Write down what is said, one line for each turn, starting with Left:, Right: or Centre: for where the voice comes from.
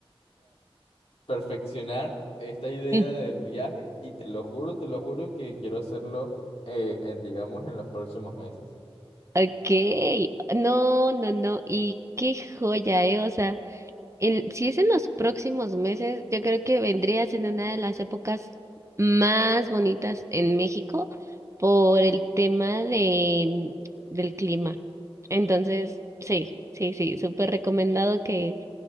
Left: perfeccionar esta idea
Right: ujú.
Left: del viaje y te lo juro, te lo juro que quiero hacerlo, eh, eh, digamos, en los próximos meses.
Right: Ok, no, no, no, y qué joya, eh, o sea. en- si es en los próximos meses, yo creo que vendrías en una de las épocas más bonitas en México por el tema de del clima. Entonces, sí, sí, sí, súper recomendado que,